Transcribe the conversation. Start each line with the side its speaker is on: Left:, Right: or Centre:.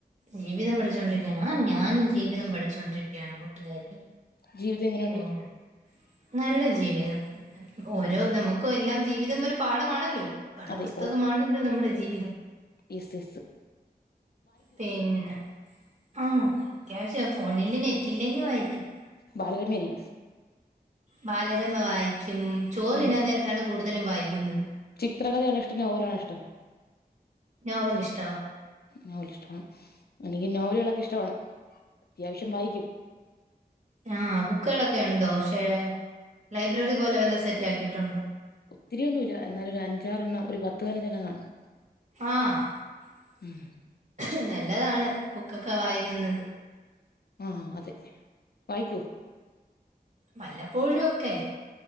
Right: ജീവിതം പഠിച്ചോണ്ടിരിക്കെയാണോ ഞാനും ജീവിതം പഠിച്ചോണ്ടിരിക്കയാണ് കൂട്ടുകാരി
Left: ജീവിതം എങ്ങനെയുണ്ട്?
Right: പിന്നെ നല്ല ജീവിതം
Left: ഉം
Right: ഓരോ നമുക്കും എല്ലാം ജീവിതം ഒരു പാഠമാണല്ലോ പഠ
Left: അതെ
Right: പുസ്തകമാണല്ലോ നമ്മുടെ ജീവിതം
Left: എസ് എസ്സ്
Right: പിന്നെ ആഹ് അത്യാവിശ്യം ഫോണില് നെറ്റില്ലെങ്കി വായിക്കും.
Left: ബാലരമ ആയിരിക്കും
Right: ബാലരമ വായിക്കും ചോറ്
Left: ഉം
Right: തിന്നാൻ നേരത്താണ് കൂടുതലും വായിക്കുന്നത്.
Left: ചിത്രകഥയാണോ ഇഷ്ടം നോവലാണോ ഇഷ്ടം?
Right: നോവലിഷ്ട്ടവ
Left: നോവല് ഇഷ്ടമാണ് എനിക്കും നോവലുകളൊക്കെ ഇഷ്ടമാണ് അത്യാവിശ്യം വായിക്കും.
Right: ആഹ് ബുക്കുകളൊക്കെയുണ്ടോ? പക്ഷേ ലൈബ്രറി പോലെ വല്ലോം സെറ്റാക്കിയിട്ടുണ്ടോ?
Left: ഒത്തിരിയൊന്നുല്ല എന്നാലും ഒരു അഞ്ചാറെണ്ണം ഒരു പത്ത് പതിനഞ്ചണ്ണം കാണും.
Right: ആഹ്
Left: ഉം
Right: നല്ലതാണ് ബുക്കൊക്കെ വായിക്കുന്നത്.
Left: ആഹ് അതെ വായിക്കൊ?
Right: വല്ലപ്പോഴും ഒക്കെ